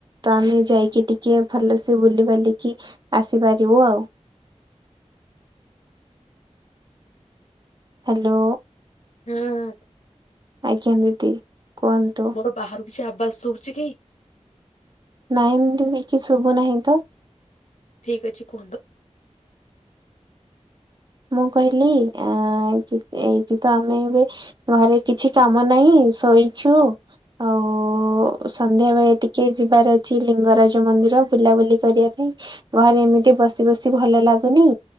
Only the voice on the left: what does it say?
ହୁଁ ହୁଁ।
ମୋର ବାହାରୁ କିଛି ଆୱାଜ ଶୁଭୁଚି କି?
ଠିକ ଅଛି କୁହନ୍ତୁ।